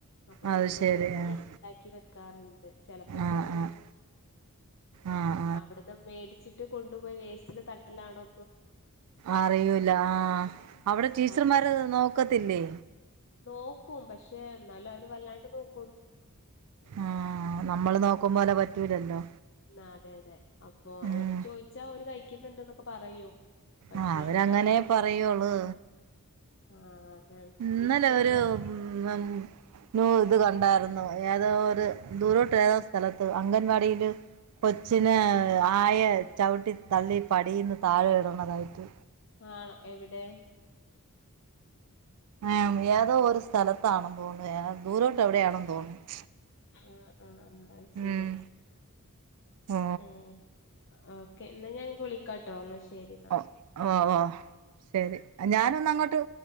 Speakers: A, on the left; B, on the right.
A: അപ്പൊ
B: അത്
A: വരുമ്പോത്തനെ
B: ശരി
A: എന്തെലും
B: ആഹ്
A: ഉണ്ടാക്കി വെക്കാറുണ്ട് ചിലപ്പോ
B: ആഹ്
A: ചോറ് കൊടുക്കും
B: ആഹ് ആഹ്
A: ആ അവിടുന്ന് മേടിച്ചിട്ട് കൊണ്ടുപോയി വേസ്റ്റില് തട്ടലാണോ
B: അറിയൂല്ല ആഹ് അവിടെ ടീച്ചർമാര്
A: അവര് തി
B: നോക്കത്തില്ലേ
A: നോക്കും പക്ഷെ എന്നാലും അവര് വല്ലാണ്ട് നോക്കു
B: ആഹ് നമ്മള് നോക്കുമ്പോലെ പറ്റൂലല്ലോ
A: ആഹ് അതെ അതെ അപ്പൊ
B: ഉം
A: ഓര് ചോദിച്ചാ അവര് കഴിക്കുന്നുണ്ടെന്നൊക്കെ പറയും പക്ഷെ
B: ആ അവരങ്ങനെ
A: നമ്മക്കറിയൂല്ല
B: പറയുവുളളു
A: ആഹ് അതാണ്
B: ഇന്നല്ലേ
A: വീട്ടിൽ ചെടികളൊ
B: ഒരു മ് മ ന്നോ ഇത് കണ്ടായിരുന്നു ഏതോ ഒരു ദൂരോട്ട് ഏതോ സ്ഥലത്ത് അംഗൻവാടിയിൽ കൊച്ചിന് ആയ ചവിട്ടി തള്ളി പടീന്ന് താഴെ ഇടണതായിട്ട്
A: ആണോ എവിടെ
B: ആ ഏതോ ഒരു സ്ഥലത്താണോ തോന്നു ദൂരോട്ട് എവിടെയാണോ തോന്നുന്നു
A: ആ ആ ആഹ് ശരി
B: ഉം ഓ
A: ആഹ് ആ ഓക്കെ ഇന്നാ ഞാൻ ഇങ്ങക്ക് വിളിക്കാട്ടോ ഇന്നാ ശരി എന്നാ
B: ആ ആഹ് ആഹ് ശരി ഞാനന്ന അങ്ങോട്ട്